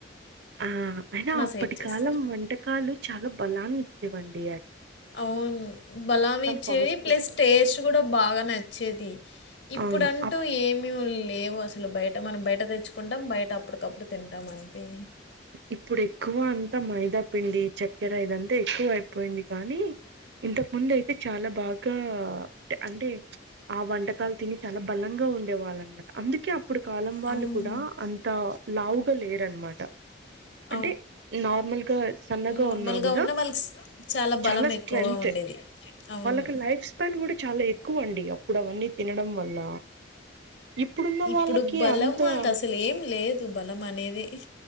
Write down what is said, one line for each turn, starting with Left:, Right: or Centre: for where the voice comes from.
Right: ఆ అయినా అప్పటి
Left: సైడ్ చేస్తారు
Right: కాలం వంటకాలు చాలా బలాన్ని ఇచ్చేవండి
Left: అవును బలాం ఇచ్చేవి
Right: ఫాస్ట్
Left: ప్లస్
Right: ఫుడ్.
Left: టేస్ట్ కూడా బాగా నచ్చేది ఇప్పుడంటూ
Right: అవును.
Left: ఏమి లేవు అస అసలు బయట మనం బయట తెచ్చుకుంటాం బయట అప్పటికప్పుడు తింటాం అంతే
Right: ఇప్పుడు ఎక్కువ అంతా మైదాపిండి చె దగ్ర ఇదంతా ఎక్కువ అయిపోయింది కానీ ఇంతకు ముందు అయితే చాలా బాగా అంటే ఆ వంటకాలు తిని చాలా బలంగా ఉండేవాళ్ళనమాట అందుకే అప్పుడు కాలం వాళ్ళు
Left: అవును
Right: కూడా అంత లావుగా లేరనమాట
Left: ట
Right: అంటే నార్మల్గా సన్నగా
Left: నార్మల్గా
Right: ఉన్నా కూడా
Left: ఉన్న వాళ్ళకి స్-
Right: చాలా
Left: బలం
Right: స్ట్రెంత్
Left: ఎక్కువ ఉండేది అవును
Right: వాళ్ళకి లైఫ్ స్పాన్ కూడా చాలా ఎక్కువ అండి అప్పుడు అవన్నీ తినడం వల్ల ఇప్పుడున్న
Left: ఇప్పుడు
Right: వాళ్ళకి
Left: బలం
Right: అంత
Left: మాకు అసలు ఏం లేదు బలం అనేది